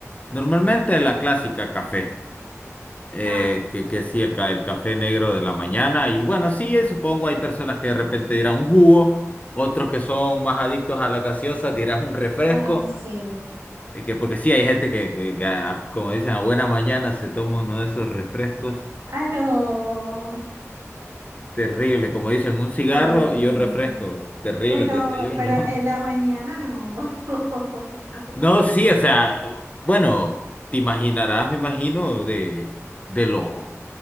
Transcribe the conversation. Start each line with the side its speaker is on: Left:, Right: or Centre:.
Left: Normalmente la clásica café. eh,
Right: Ah,
Left: que, que sí, el, ca- el café negro de la mañana. Y bueno, sí, eh, supongo hay personas que de repente dirán un jugo, otros que son más adictos a la gaseosa dirán un refresco.
Right: ah, sí.
Left: es que, porque sí, hay gente que, que- que a- como dicen, a buena mañana se toma uno de esos refrescos.
Right: Ah, no.
Left: Terrible, como dicen, un cigarro
Right: No, no, no.
Left: y un refresco. Terrible
Right: Uy, no,
Left: el desayuno.
Right: pero
Left: <laughs>
Right: en la mañana no. <laughs>
Left: No, sí, o sea, bueno, te imaginarás, me imagino, de, de los O